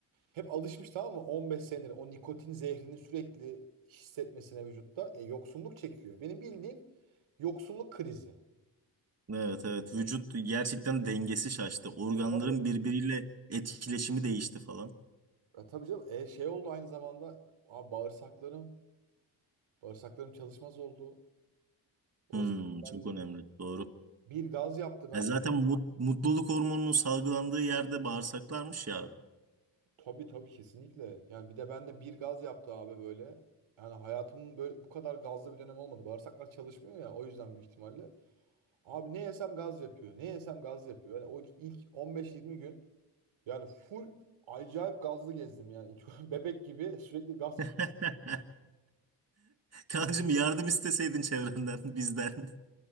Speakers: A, on the right; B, on the right.
A: hep alışmış tamam mı? 15 senedir o nikotin zehrini sürekli hissetmesine vücutta e, yoksunluk çekiyor. Benim bildiğim yoksunluk krizi.
B: Evet evet vücut gerçekten dengesi şaştı. Organların
A: E, tabii.
B: birbiriyle etkileşimi değişti falan.
A: E, tabii canım. E, şey oldu aynı zamanda abi bağırsaklarım, bağırsaklarım çalışmaz oldu. Orası
B: Hmm,
A: bende
B: çok önemli. Doğru.
A: bir gaz yaptı ben.
B: Ya zaten mut- mutluluk hormonunun salgılandığı yerde bağırsaklarmış ya.
A: Tabii tabii kesinlikle. Yani bir de bende bir gaz yaptı abi böyle. Yani hayatımın böyle bu kadar gazlı bir dönem olmadı. Bağırsaklar çalışmıyor ya o yüzden büyük ihtimalle. Abi ne yesem gaz yapıyor. Ne yesem gaz yapıyor. Yani o ilk 15-20 gün yani full acayip gazlı gezdim yani. <laughs> Bebek gibi sürekli gaz
B: <laughs>
A: çıkıyor. <laughs>
B: Kancım yardım isteseydin çevrenden, bizden. <laughs>